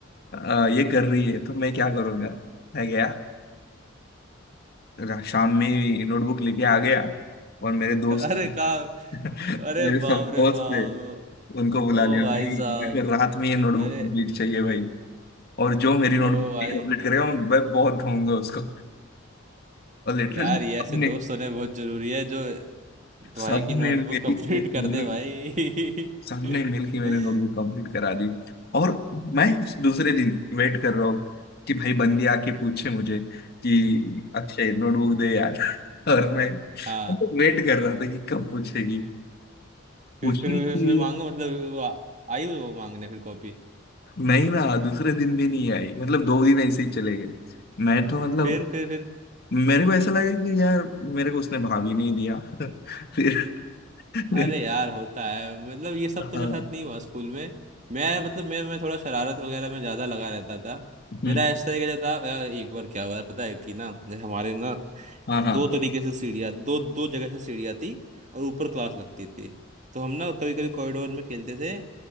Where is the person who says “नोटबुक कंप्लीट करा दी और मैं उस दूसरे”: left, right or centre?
Left